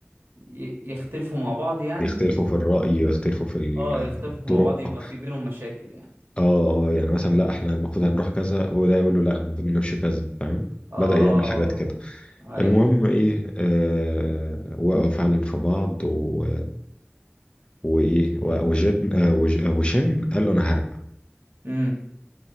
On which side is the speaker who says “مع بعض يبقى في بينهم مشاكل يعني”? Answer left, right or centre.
Right